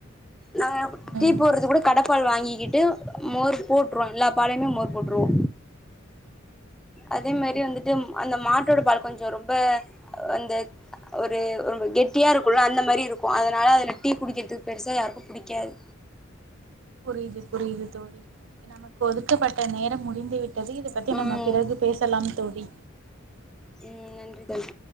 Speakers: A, in the centre; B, on the right.
A: நாங்க அப் டீ
B: ம்
A: போட்றது கூட கட பால் வாங்கிக்கிட்டு மோர் போட்ருவோ எல்லா பாலையுமே மோர் போட்ருவோ அதே மாரி வந்துட்டு அந்த மாட்டோட பால் கொஞ்சோ ரொம்ப அந்த ஒரு ரொம்ப கெட்டியா இருக்குல்ல அந்த மாரி இருக்கும் அதனால அதுல டீ குடிக்கிறதுக் பெருசா யாருக்கு புடிக்காது
B: புரியிது புரியிது தோழி நமக்கு ஒதுக்கப்பட்ட நேரம் முடிந்து விட் டது இது பத்தி
A: ம்
B: நம்ம பிறகு பேசலாம் தோழி
A: ம் நன்றி தோழி